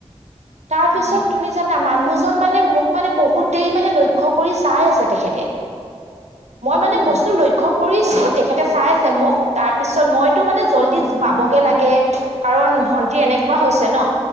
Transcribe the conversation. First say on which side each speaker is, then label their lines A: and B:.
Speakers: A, on the right; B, on the right.
A: তাৰপিছত
B: হয় হয়
A: তুমি জানা, মানুহজন মানে মোক মানে বহুত দেৰি মানে লক্ষ্য কৰি চাই আছে তেখেতে। মই মানে
B: হয় নি
A: বস্তু লক্ষ্য কৰি ছো, তেখেতে চাই আছে মোক। তাৰ পিছত মইতো মানে জল্দি
B: অ'
A: পাবগে লাগে। কাৰণ ভন্টিৰ এনেকুৱা হৈছে ন।